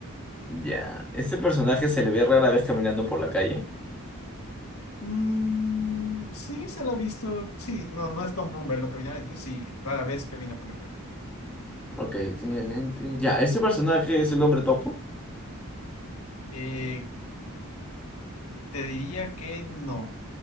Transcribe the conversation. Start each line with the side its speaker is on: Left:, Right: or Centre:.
Centre: Ya. ¿Ese personaje se le ve rara vez caminando por la calle?
Left: Mm, sí, se lo ha visto. Sí, no, no es común verlo caminar, entonces sí, rara vez camina por la calle.
Centre: Ok, tiene lentes. Ya, ¿ese personaje es el hombre topo?
Left: Eh, te diría que no.